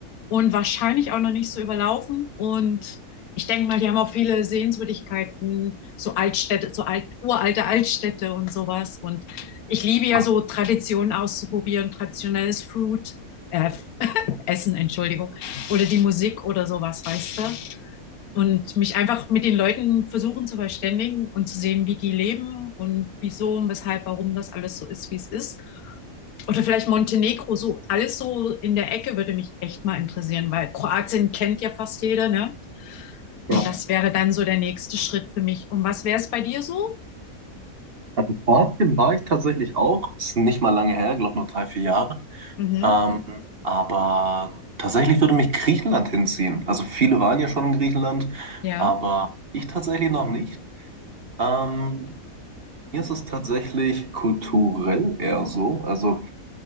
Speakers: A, on the left; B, on the right.
A: und wahrscheinlich auch noch nicht so überlaufen. Und ich denke mal, die haben auch viele Sehenswürdigkeiten, so Altstädte, so alt, uralte Altstädte und sowas. Und ich liebe ja
B: Ah,
A: so Traditionen auszuprobieren, traditionelles Food äh, <laughs> Essen, Entschuldigung, oder die Musik oder sowas, weißt du? Und mich einfach mit den Leuten versuchen zu verständigen und zu sehen, wie die leben und wieso und weshalb, warum das alles so ist, wie es ist. Oder vielleicht Montenegro, so alles so in der Ecke würde mich echt mal interessieren, weil Kroatien kennt ja fast jeder, ne? Und
B: Ja,
A: das wäre dann so der nächste Schritt für mich. Und was wäre es bei dir so?
B: also Kroatien war ich tatsächlich auch, ist nicht mal lange her, glaube nur drei, vier Jahre.
A: Mhm.
B: Ähm, aber tatsächlich würde mich Griechenland hinziehen. Also viele waren ja schon in Griechenland,
A: Ja.
B: aber ich tatsächlich noch nicht. Ähm, mir ist es tatsächlich kulturell eher so. Also